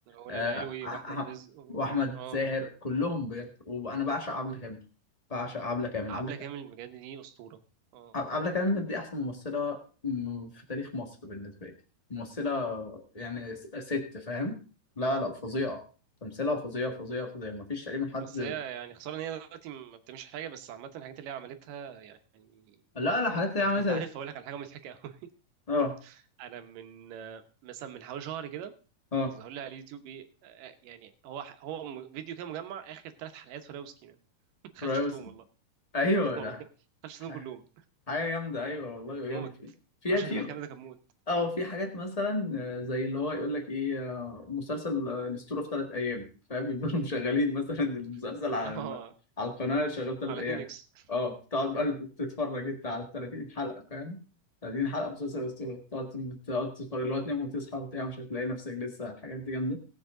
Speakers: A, on the right; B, on the left.
A: ولا
B: آه،
A: العلوي
B: أح-
A: وأحمد
B: أح-
A: رزق و...
B: وأحمد
A: أه
B: زاهر كلهم بجد وأنا بعشق عبلة كامل بعشق عبلة كامل
A: عبلة
B: عبلة
A: كامل بجد دي أسطورة آه.
B: عبلة كامل دي أحسن ممثلة م- في تاريخ مصر بالنسبة لي ممثلة يعني س- ست فاهم لا لا فظيعة تمثيلها فظيع فظيع فظيع مفيش تقريبا حد
A: بس هي يعني خساره ان هي دلوقتي ما بتعملش حاجه بس عامه الحاجات اللي هي عملتها يعني
B: لا لا حاجات اللي هي
A: انت
B: عملتها
A: أنت عارف
B: دي.
A: اقول لك على حاجه مضحكه قوي
B: اه
A: <laughs> انا من آه، مثلا من حوالي شهر كده
B: اه
A: ظهر لي على اليوتيوب ايه آه، يعني هو هو م- فيديو كده مجمع اخر ثلاث حلقات فراوي وسكينه <laughs> ما دخلتش
B: ريوس
A: شفتهم والله
B: ايوه
A: <laughs> والله
B: ده
A: ما دخلتش شفتهم
B: ح-
A: كلهم
B: حاجة جامدة ايوه والله
A: موت
B: جامدة في
A: مشهد
B: في
A: المحكمه ده كان موت
B: اه في حاجات مثلا آه، زي اللي هو يقول لك ايه آه، مسلسل آه، الاسطوره في ثلاث ايام فاهم <laughs> يبقوا مشغلين مثلا المسلسل
A: <laughs>
B: على
A: اه
B: ال... على القناه شغال ثلاث
A: على
B: ايام
A: 2 اكس
B: اه تقعد بقى تتفرج انت على 30 حلقه فاهم 30 حلقه مسلسل الاسطوره تقعد تقعد تتفرج اللي هو تنام وتصحى وبتاع مش هتلاقي نفسك لسه الحاجات دي جامده